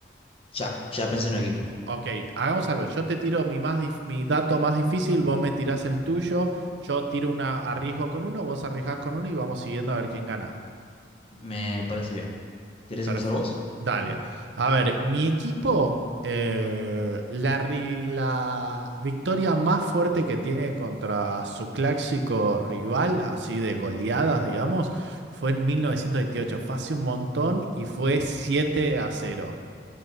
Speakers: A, on the left; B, on the right.
A: Ya, ya pensé en un equipo.
B: Ok, hagamos algo. Yo te tiro mi, más dif- mi dato más difícil, vos me tirás el tuyo, yo tiro una, arriesgo con uno, vos arriesgás con uno y vamos siguiendo a ver quién gana.
A: Me parece bien. ¿Querés
B: Perfecto.
A: empezar vos?
B: Dale. A ver, mi equipo, eh, la, ri- la victoria más fuerte que tiene contra su clásico rival, así de goleadas, digamos, fue en 1928. Fue hace un montón y fue 7 a cero.